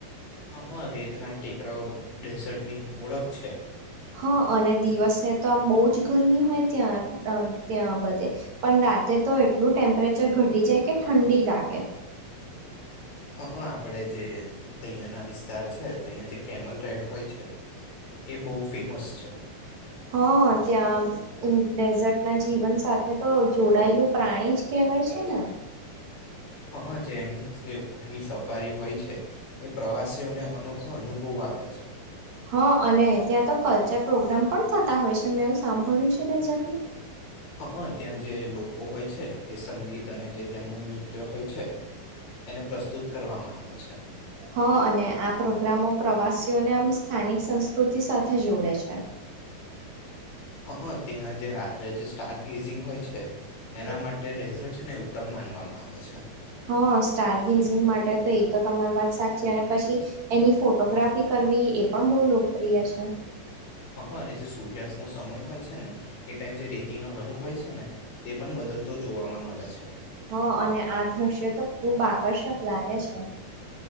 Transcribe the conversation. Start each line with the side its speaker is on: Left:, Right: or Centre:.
Left: હા, હ, રેતનાથ ટેકરાઓ ડેસર્ટ ની ઓળખ છે.
Right: હા, અને દિવસે તો આમ બહુ જ ગરમી હોય ત્યાં. અ ત્યાં બધે પણ રાતે તો એટલું ટેમ્પરેચર ઘટી જાય કે ઠંડી લાગે.
Left: હા, હ, આપણે જે અહીંયાના વિસ્તાર છે, તહીંયા જે કેમલ રાઈડ હોય છે એ બહુ ફેમસ છે.
Right: હા, ત્યાં ડેઝર્ટ ના જીવન સાથે તો જોડાયેલું પ્રાણી જ કહેવાય છે ને.
Left: હ જે એની જે ઊંટની સફારી હોય છે એ પ્રવાસીઓને અનોખો અનુભવ આપે છે.
Right: હ, અને ત્યાં તો કલ્ચર પ્રોગ્રામ પણ થતા હોય છે, મેં એવું સાંભળ્યું છે ડેઝર્ટમાં?
Left: હ હ, ત્યાં જે લોકો હોય છે, એ સંગીત અને જે તેમનું નૃત્ય હોય છે. એને પ્રસ્તુત કરવામાં આવે છે
Right: હ, અને આ પ્રોગ્રામો પ્રવાસી તેઓને આમ સ્થાનિક સંસ્કૃતિ સાથે જોડે છે.
Left: હ હ, ત્યાં જે રાત્રે છે સ્ટાર ગેઝિંગ હોય એના
Right: <unintelligible>
Left: માટે ડેઝર્ટ છે ને ઉત્તમ માનવામાં આવે છે
Right: હા સ્ટાર ગેઝિંગ માટે તો એ તો તમારી વાત સાચી, અને પછી એની ફોટોગ્રાફી કરવી એ પણ બહુ લોકપ્રિય છે.
Left: હ હ અને જે સૂર્યાસ્ત નો સમય હોય છે ને એ ટાઈમ જે રી એ નો રંગ હોય છે ને તે પણ બદલતો જોવામાં મળે છે.
Right: હ અને આ દ્રશ્ય તો ખૂબ આકર્ષક લાગે છે.